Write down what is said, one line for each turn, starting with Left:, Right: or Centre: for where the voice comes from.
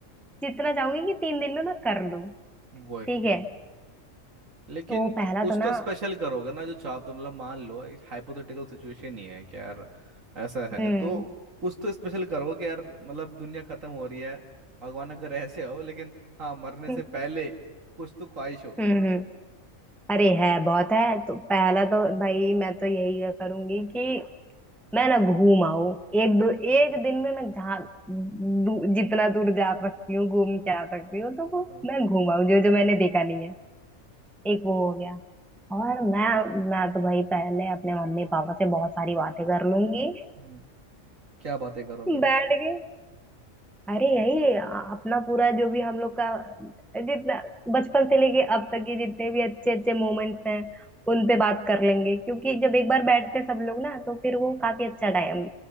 Centre: जितना चाहूंगी कि तीन दिन में मैं कर लूं
Right: वही
Centre: ठीक है
Right: लेकिन
Centre: तो पहला
Right: कुछ
Centre: तो
Right: तो
Centre: ना
Right: स्पेशल करोगे ना जो चाहते हो मतलब मान लो एक हाइपोथेटिकल सिचुएशन ही है कि यार ऐसा है
Centre: हम्म
Right: तो कुछ तो स्पेशल करोगे कि यार मतलब दुनिया खत्म हो रही है भगवान अगर ऐसे हो लेकिन हाँ मरने
Centre: <laughs>
Right: से
Centre: हम्म
Right: पहले कुछ तो ख्वाहिश होगी
Centre: हम्म अरे है बहुत है तो पहला तो भाई मैं तो यही करूंगी कि मैं ना घूम आऊं एक दो एक दिन में मैं जहाँ दू- जितना दूर जा सकती हूँ घूम के आ सकती हूँ तो वो
Right: तो
Centre: मैं घूम आऊं जो जो मैंने देखा नहीं है एक वो हो गया और मैं मैं तो भाई पहले अपने मम्मी पापा से बहुत सारी बातें कर लूंगी
Right: हम्म, क्या बातें करोगे
Centre: बैठ के अरे यही अ- अपना पूरा जो भी हम लोग का जितना बचपन से लेके अब तक के जितने भी अच्छे अच्छे मोमेंट्स हैं उन पे बात कर लेंगे क्योंकि जब एक बार बैठते हैं सब लोग ना तो फिर वो काफी अच्छा टाइम